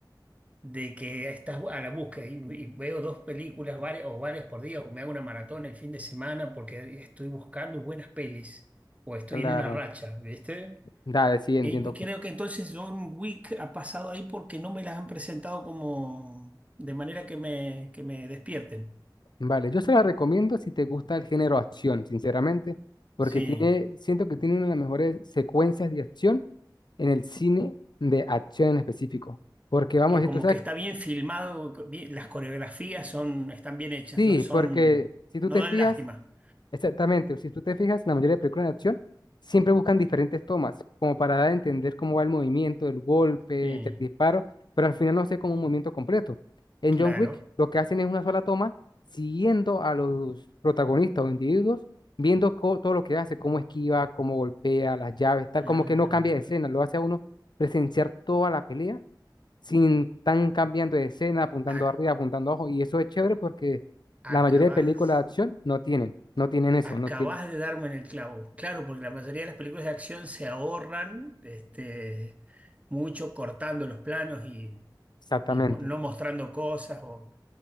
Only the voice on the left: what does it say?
Claro,
dale, sí, entiendo.
Vale, yo se la recomiendo si te gusta el género acción, sinceramente, porque
tiene, siento que tiene una de las mejores secuencias de acción en el cine de acción en específico. Porque vamos,
si
tú sabes,
que-
sí,
porque si tú
te
fijas,
Exactamente, si tú te fijas, la mayoría de películas de acción siempre buscan diferentes tomas, como para dar a entender cómo va el movimiento, el golpe,
el disparo, pero al final no se ve como un movimiento completo. En
John Wick, lo que hacen es una sola toma, siguiendo a los protagonistas o individuos, viendo co- todo lo que hace, cómo esquiva, cómo golpea, las llaves, tal,
como que no cambia de escena, lo hace a uno presenciar toda la pelea sin tan cambiando de escena, apuntando
arriba, apuntando abajo. Y eso es chévere porque
la mayoría de películas de acción no tienen, no tienen eso,
no tienen.
Exactamente.